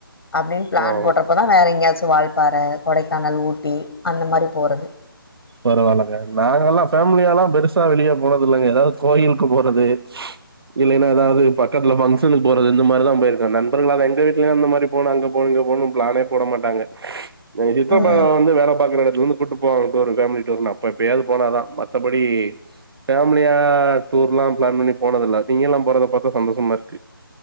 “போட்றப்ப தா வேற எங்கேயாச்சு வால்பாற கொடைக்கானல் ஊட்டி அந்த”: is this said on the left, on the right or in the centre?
Left